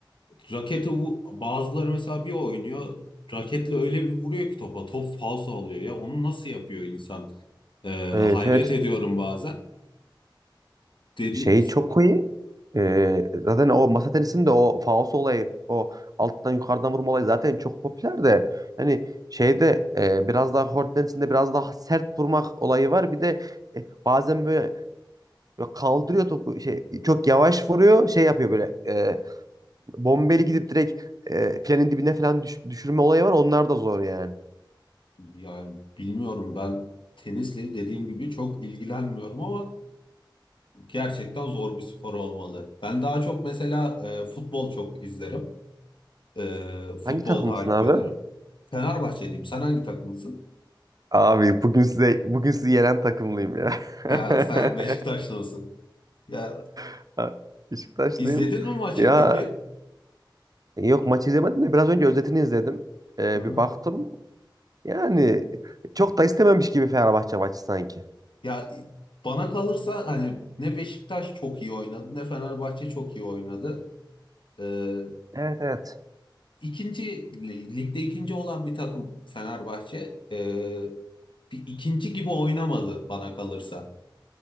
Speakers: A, on the left; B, on the right.
A: Raketi vu- bazıları mesela bir oynuyor. Raketle öyle bir vuruyor ki topa. Top falso oluyor ya. Onu nasıl yapıyor insan? E,
B: Evet
A: hayret
B: evet
A: ediyorum bazen. Dedi
B: şey çok iyi. Ee, zaten o masa tenisinde o faos olayı, o alttan yukarıdan vurma olayı zaten çok popüler de. Yani şeyde e, biraz daha kort tenisinde biraz daha sert vurmak olayı var. Bir de e, bazen böyle, böyle kaldırıyor topu şey çok yavaş vuruyor şey yapıyor böyle e, bombeli gidip direkt e, filenin dibine falan düş- düşürme olayı var. Onlar da zor yani.
A: yani bilmiyorum ben tenisle dediğim gibi çok ilgilenmiyorum ama gerçekten zor bir spor olmalı. Ben daha çok mesela e, futbol çok izlerim. E,
B: Hangi
A: futbol
B: takımsın
A: takip
B: abi?
A: ederim. Fenerbahçeliyim. Sen hangi takımlısın?
B: Abi bugün size bugün sizi yenen takımlıyım ya.
A: <laughs>
B: <laughs>
A: Ha, sen Beşiktaşlısın. Ya
B: <laughs> Ha, Beşiktaşlıyım.
A: izledin mi maçı
B: Ya
A: peki?
B: yok maç izlemedim de biraz önce özetini izledim. Ee,
A: Hı hı.
B: bir baktım. Yani çok da istememiş gibi Fenerbahçe maçı sanki.
A: Ya bana kalırsa hani ne Beşiktaş çok iyi oynadı ne Fenerbahçe çok iyi oynadı. Ee,
B: Evet evet.
A: ikinci li- ligde ikinci olan bir takım Fenerbahçe ee, bir ikinci gibi oynamadı bana kalırsa.